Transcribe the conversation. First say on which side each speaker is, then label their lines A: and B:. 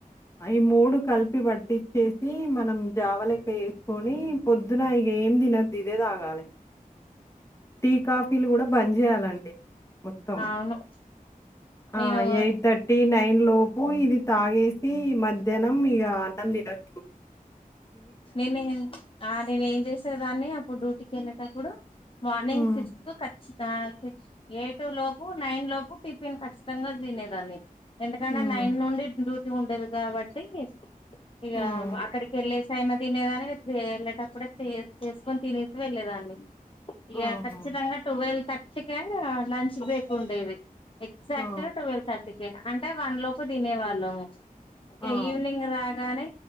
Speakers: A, on the left (about 20°); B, on the left (about 35°).
A: అయ్ మూడు కలిపి పట్టిచ్చేసి మనం జావలెక్క జేసుకొని పొద్దున ఏం దీన్నద్దు ఇదే తాగాలె టీ లు కూడా బంద్ చేయాలండి మొత్తం
B: ఆ అవును
A: ఆ
B: నేను
A: ఎయిట్ థర్టీ నైన్ లోపు ఇది తగేసి మధ్యాహ్నం ఇగ అన్నం తినొద్దు
B: నేను ఆ నేను ఏం చేసేదాన్ని అప్పుడు డ్యూటీకి వెళ్ళేటప్పుడు మార్నింగ్
A: హ్మ్.
B: సిక్స్త్ కచ్చి ఆ సి ఎయిట్ లోపు నైన్ లోపు టిఫిన్ ఖచ్చితంగా తినేదాన్ని ఎందుకంటే
A: హ్మ్.
B: నైన్ నుండి డ్యూటీ ఉండేది కాబట్టి ఇగ
A: హ్మ్.
B: అక్కడికి ఎళ్ళేస్ చైనా తినేదాన్ని ఎళ్ళేటప్పుడే చే చేసుకొని తినేసి వెళ్ళలేదాన్ని ఇగ
A: ఆహా!
B: ఖచ్చితంగా ట్వెల్వ్ థర్టీ కే లంచ్ బ్రేక్ ఉండేది ఎగ్జాక్ట్
A: ఆ!
B: గా ట్వెల్వ్ థర్టీకి అంటే వన్ లోపు దినే వాళ్ళం ఇగ
A: ఆ! ఆ!
B: ఈవినింగ్ రాగానే